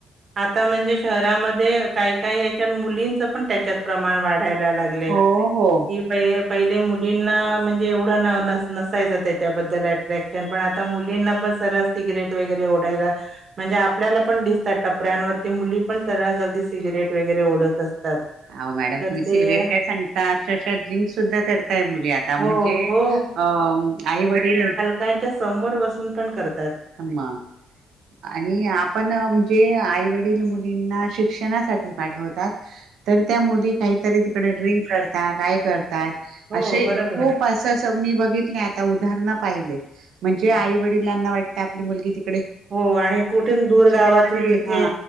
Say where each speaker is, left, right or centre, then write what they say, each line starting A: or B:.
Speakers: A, on the right; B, on the right.
A: आता म्हणजे शहरामध्ये काही काही ह्याच्या मुलींचं पण त्याच्यात प्रमाण वाढायला लागलं. क्ले
B: हो हो
A: किप <unintelligible> पहिले मुलींना म्हणजे एवढं न न नसायचं त्याच्याबद्दल अट्रॅक्ट पण आता मुलींना पण सर सिगरेट वगैरे ओढायला म्हणजे आपल्याला पण दिसतात टपऱ्यांवरती मुली पण सरळास अगदी सिगरेट वगैरे ओढत असतात.
B: अहो मॅडम
A: तर
B: तुम्ही सिगरेट
A: ते
B: काय सांगता अक्षरशा ड्रिंक सुद्धा करताय मुली आता
A: हो
B: म्हणजे
A: हो
B: अ आई वडील
A: त्यांच्या समोर बसून पण करत
B: हमा आणि आ पण म्हणजे आईवडील मुलींना शिक्षणासाठी पाठवतात. तर त्या मुली काय तरी तिकडे ड्रिंक करतात काय करतात
A: हो
B: अशे
A: बरोबर
B: खूप पासास मी बघितलं आता उदाहरण पाहिले म्हणजे
A: आहे.
B: आई वडिलांना वाटत आपली मुलगी ती
A: हो आणि कुठून दूर गावातून
B: काहीतरी
A: तिथे
B: हा